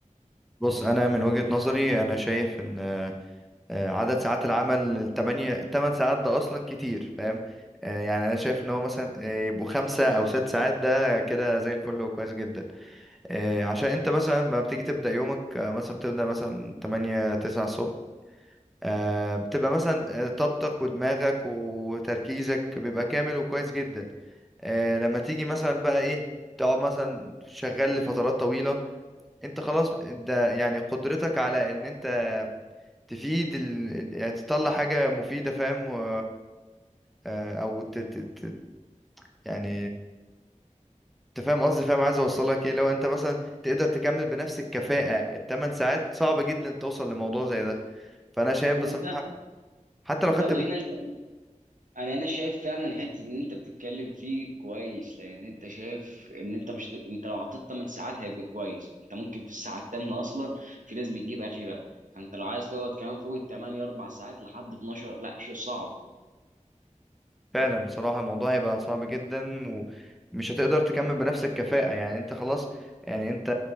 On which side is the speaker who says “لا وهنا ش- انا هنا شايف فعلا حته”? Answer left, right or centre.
Right